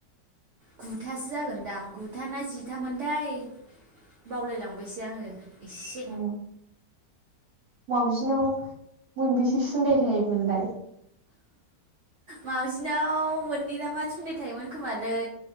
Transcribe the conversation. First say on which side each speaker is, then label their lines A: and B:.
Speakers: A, on the right; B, on the right.
A: गुथासो जागोनदां गुथा ना जिथामोनथाय बावलायलांबायसै आङो एसे
B: उ मावजिनाव मोनबेसे सुन्दाय थायोमोनलाय?
A: माउजिनाव मोननै नामा सुनदाइ थायोमोन खोमालै